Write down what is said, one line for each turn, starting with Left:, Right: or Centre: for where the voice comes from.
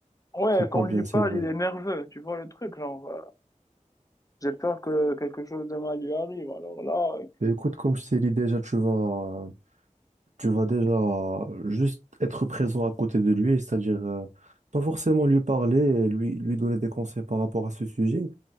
Left: Ouais,
Right: C'est pas
Left: quand on
Right: bien,
Left: lui parle,
Right: c'est vrai.
Left: il est nerveux. Tu vois le truc, genre, euh, j'ai peur que quelque chose de mal lui arrive. Alors là,
Right: Mais écoute, comme je t'ai dit déjà, tu vas, tu vas déjà juste être présent à côté de lui, c'est-à-dire euh, pas forcément lui parler, et lui, lui donner des conseils par rapport à ce sujet,